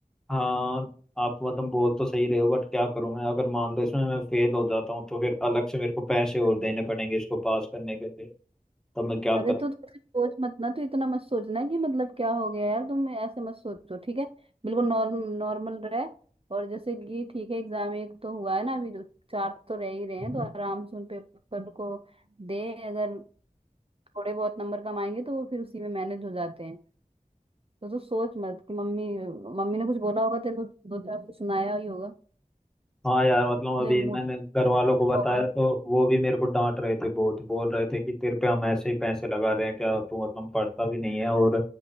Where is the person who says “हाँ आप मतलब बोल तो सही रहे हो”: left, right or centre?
Centre